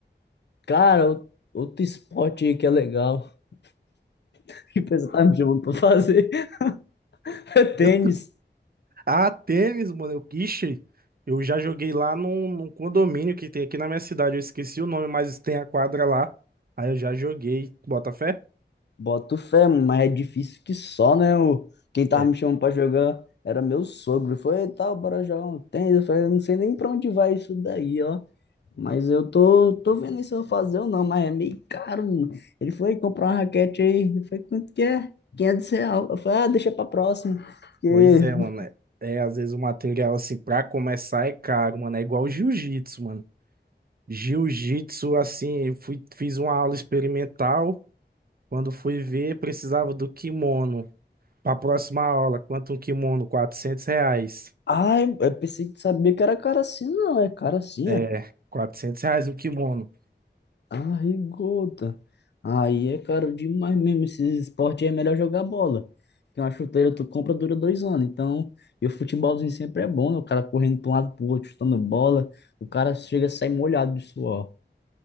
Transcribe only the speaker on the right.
Eu Ah, tênis, mano. Eu, ixi, eu já joguei lá num, num condomínio que tem aqui na minha cidade. Eu esqueci o nome, mas tem a quadra lá. Aí eu já joguei. Bota fé?
É.
Pois é, mano. É, é, às vezes o material, assim, pra começar é caro, mano. É igual jiu-jitsu, mano. Jiu-jitsu, assim, eu fui, fiz uma aula experimental. Quando fui ver, precisava do quimono. Pra próxima aula, quanto um kimono? 400 reais.
É,
400 reais um kimono.